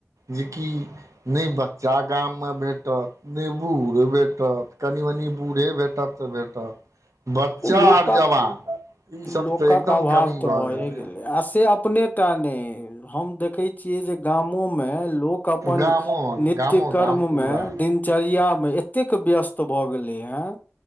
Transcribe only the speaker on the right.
जेकि नहि बच्चा गाममे भेटत नहि बूढ़े भेटत कनि मनि बूढ़े भेटत तऽ भेटत बच्चा
आर जवान ई
सब तऽ एकदम
कमी
भए गेल
हऽ
गामो
गामो
गाम पूरा